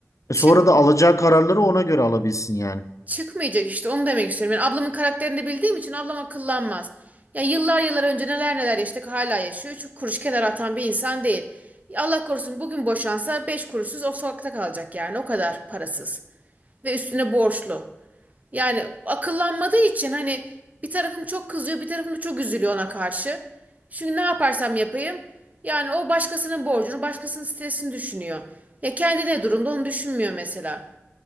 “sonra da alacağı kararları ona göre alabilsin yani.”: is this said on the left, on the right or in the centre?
Left